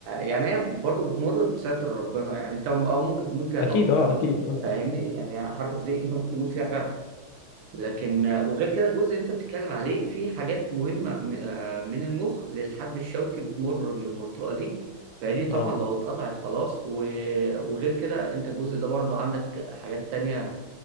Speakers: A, on the right; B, on the left.
A: يعني هي برضه بتمر بستر ربنا يعني انت أو ممكن تموت فيها
B: اكيد
A: طبعا
B: اه اكيد اه
A: فاهمني
B: اه
A: يعني حركه زي انت ممكن تموت فيها فعلا لكن آه، وغير كده الجزء اللي انت بتتكلم عليه في حاجات مهمه م- آه، من المخ للحبل الشوكي بتمر من المنطقه دي فدي طبعا
B: اه
A: لو اتقطعت خلاص و- وغير كده انت الجزء ده برضه عندك حاجات تانية